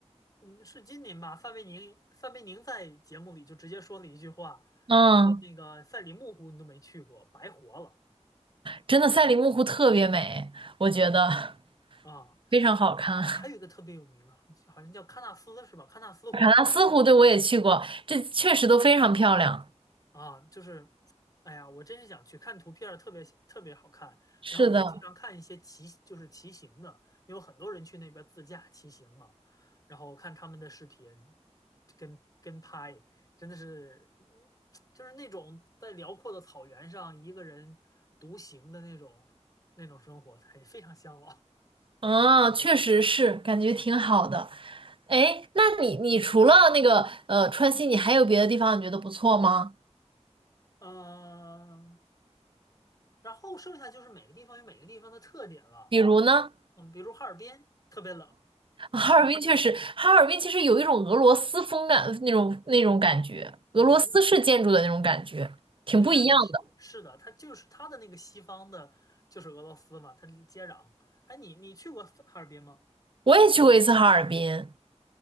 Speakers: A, on the left; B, on the right.
A: 嗯，是今年吧？范伟宁，范伟宁在节目里就直接说了一句话，
B: 嗯，
A: 说那个赛里木湖你都没去过，白活了。
B: 真的赛里木湖特别美，我觉得
A: 啊，
B: 非常好看。
A: 呃啊，还有一个特别有名啊好像叫喀纳斯是吧？
B: <laughs>
A: 喀纳斯湖也特
B: 喀纳斯湖对我也去过，这确实都非常漂亮。
A: 啊，就是，哎呀，我真是想去看图片儿特别特别好看。
B: 是的。
A: 然后我经常看一些骑，就是骑行的，因为很多人去那边自驾骑行嘛。然后我看他们的视频，跟跟拍，真的是，嗯就是那种在辽阔的草原上一个人独行的那种那种生活，还非常向往。
B: 啊，确实是，感觉挺好的。哎，那你你除了那个呃川西，你还有别的地方你觉得不错吗？
A: 嗯、然后剩下就是每个地方有每个地方的特点了，
B: 比如呢，
A: 嗯，比如哈尔滨特别冷，
B: 哈尔滨确实，哈尔滨其实有一种俄罗斯风感那种那种感觉，
A: 对，
B: 俄罗斯式建筑的那种感觉，
A: 嗯，
B: 挺不一样的。
A: 对啊，那是是的，它就是它的那个西方的，就是俄罗斯嘛，它是接壤。哎，你你去过哈尔滨吗？
B: 我也去过一次哈尔滨，